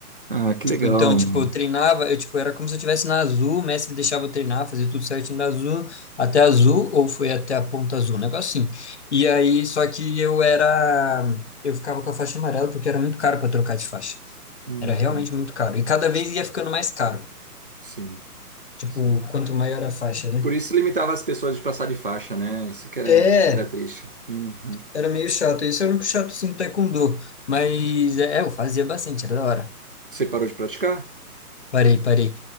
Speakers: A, on the right (about 35°); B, on the left (about 45°).
A: Ah, que
B: Tipo,
A: legal,
B: então, tipo,
A: mano.
B: eu treinava, eu, tipo, era como se eu estivesse na azul, o mestre deixava eu treinar, fazer tudo certinho da azul, até a azul, ou foi até a ponta azul, um negócio assim. E aí, só que eu era, eu ficava com a faixa amarela porque era muito caro para trocar de faixa.
A: Uhum,
B: Era realmente muito caro. E cada vez ia ficando mais caro.
A: Sim,
B: Tipo,
A: sim.
B: quanto maior a faixa, né?
A: Por isso limitava as pessoas de passar de faixa, né? Isso que era,
B: É,
A: que era triste. Uhum.
B: Era meio chato. Isso é o único chato sim do taekwondo. Mas é, eu fazia bastante, era da hora.
A: Você parou de praticar?
B: Parei, parei.